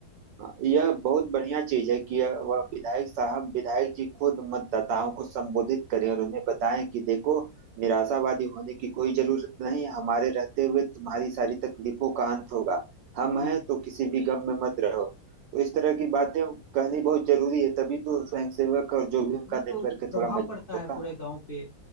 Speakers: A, on the right; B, on the left.
A: हाँ, यह बहुत बढ़िया चीज है कि यह- वह विधायक साहब विधायक जी खुद मतदाताओं को संबोधित करें और उन्हें बताएं कि देखो निराशावादी होने की कोई जरूरत नहीं हमारे रहते हुए तुम्हारी सारी तकलीफों का अंत होगा हम
B: जी
A: हैं तो किसी भी गम में मत रहो तो इस तरह की बातें कहनी बहुत जरूरी है तभी तो स्वयंसेवक और जो भी उनका
B: तभी
A: नेटवर्क
B: तो
A: है
B: प्रभाव
A: थोड़ा मजबूत
B: पड़ता
A: होगा
B: है पूरे गांव पे